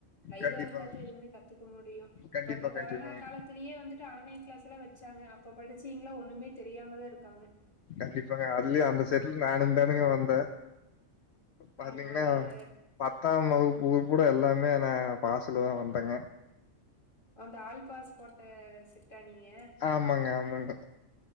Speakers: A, on the left (about 40°); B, on the left (about 65°).
A: லைவா
B: கண்டிப்பாங்க
A: இருந்தாத்தா எதுவுமே கத்துக்க முடியு
B: கண்டிப்பா
A: இப்ப அந்த கொரோனா
B: கண்டிப்பாங்க
A: காலத்திலயே வந்துட்டு ஆன்லைன் கிளாஸ் எல்லா வச்சாங்க அப்ப படிச்சீங்களா ஒண்ணுமே தெரியாமதா இருக்காங்க
B: கண்டிப்பாங்க அதுலயு அந்த செட்ல நானு தானுங்க வந் தே பாத்தீங்கன்னா
A: ஆமா நீங்க
B: பத்தாம் வகுப்பு ஊர் பூட எல்லாமே நா பாஸ்ல தா வந்தேங்க
A: அந்த ஆல்பாஸ் போட்ட செட்டா நீங்க
B: ஆமாங்க ஆமாங்க